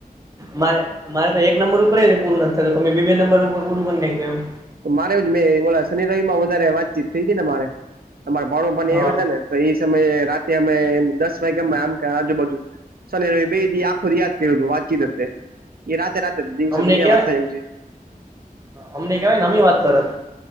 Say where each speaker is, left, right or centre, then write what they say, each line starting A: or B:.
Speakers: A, on the right; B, on the right.
A: મારે મારે તો એક નંબર ઉપર પૂરું નથી થું તમે બીજે નંબર ઉપર પૂરું કર નાખ્યું એમ
B: તો મારેવજ મેં ઓ શનિ રવિ માં વધારે વાતચીત થઈ હતી ને મારે અમારે ભાણો ભાણી આવ્યા
A: હા
B: હતા ને તો એ સમયે રાતે અમે દસ વાગે આમ આજુબાજુ શની રવી બે થી આખો વાત કર્યું હતું વાતચીત એ રાતે રાતે દિવસે
A: અમને
B: તો ક્યાં
A: કેવા
B: વાત થાયું છે
A: અમને કેવાય ને અમે વાત કરત